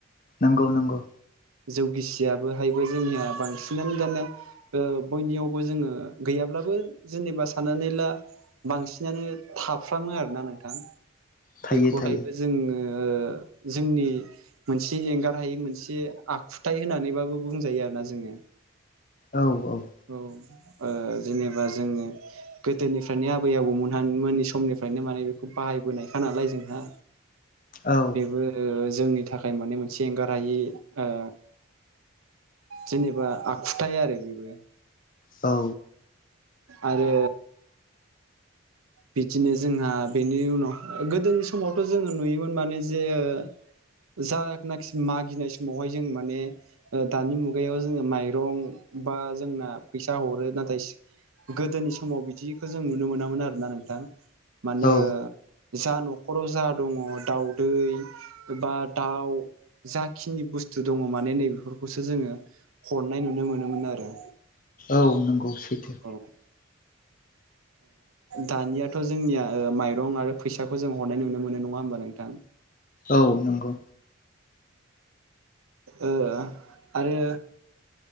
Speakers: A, on the left (about 40°); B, on the right (about 85°).
A: नंगौ नंगौ।
B: जौ गिसियाबोहायबो जोंनिया बांसिनानो दाना ओ बयनियावबो जोङो गैयाब्लाबो जेनेबा सा साननानै ला बांसिनानो थाफ्रामो आरोना नोंथां
A: थायो
B: बेखौहायबो
A: थायो
B: जोङो जोंनि मोनसे एंगार हायै मोनसे आखुथाय होनानैबाबो बुंजायो आरो ना जोङो।
A: औ औ।
B: औ ओ जेनेबा जोङो गोदोनिफ्रायनो आबै आबौमोनहा मोननि समनिफ्रायनो माने बेखौ बाहायबोनायखा नालाय जों हा
A: औ
B: बेबो जोंनि थाखाय माने मोनसे एंगार हायि ओ जेनेबा आखुथाय आरो बेबो।
A: औ
B: आरो बिदिनो जोंहा बेनि उनाव गोदोनि समावथ' जोङो नुयोमोन माने जे ओ जानाखि मागिनाय समाव हाय जों माने ओ दानि मुगायाव जोङो माइ मायरं बा जोंना फैसा हरो नाथाय सि गोदोनि समाव बिदिखौ जों नुनो मोनामोन आरोना नों थां माने
A: औ
B: ओ जा न'खराव जा दङ दाउदै बा दाउ जाखिनि बुस्थु दङ माने नैबेेफोरखौसो जोङो हरनाय नुनो मोनोमोन आरो।
A: औ नंगौ। सैथो
B: <inaudible> ओ दानियाथ' जोंनिया ओ माइरं आरो फैसाखौ जों हरनाय नुनो मोनो नङा होमबा नोंथां।
A: औ नंगौ।
B: ओ आरो